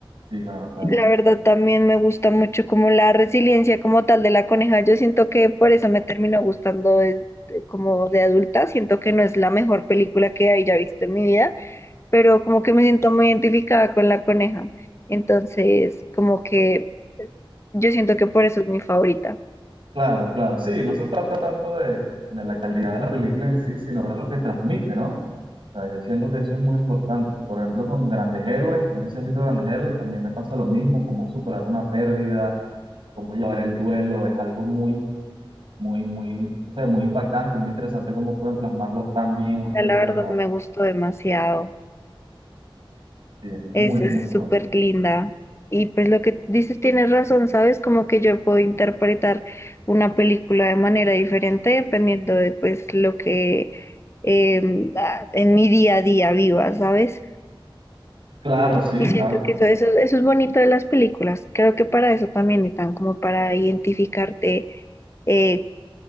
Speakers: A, on the right; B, on the left.
A: sí, claro, claro.
B: La verdad también me gusta mucho como la resiliencia como tal de la coneja, yo siento que por eso me terminó gustando de- de- como de adulta, siento que no es la mejor película que haya visto en mi vida, pero como que me siento muy identificada con la coneja, entonces como que yo siento que por eso es mi favorita.
A: Claro, claro, sí, no se trata tanto de, de la calidad de la película en sí, sino de lo que transmite, ¿no? O sea, yo siento que eso es muy importante. Por ejemplo, con Grandes Héroes, no sé si has visto Grandes Héroes, también me pasa lo mismo, como superar una pérdida, cómo llevar el duelo, es algo muy, muy, muy, no sé, muy impactante, muy interesante cómo pueden plasmarlo tan bien en una
B: La
A: película
B: la verdad
A: animada.
B: me gustó demasiado.
A: Sí, es muy,
B: Es
A: muy
B: es
A: buena.
B: súper linda. Y pues lo que dices tienes razón, ¿sabes? Como que yo puedo interpretar una película de manera diferente dependiendo de pues lo que eh, ah, en mi día a día viva, ¿sabes?
A: Claro, sí,
B: Y siento
A: claro, sin
B: que eso,
A: duda.
B: eso, eso es bonito de las películas. Creo que para eso también están, como para identificarte eh,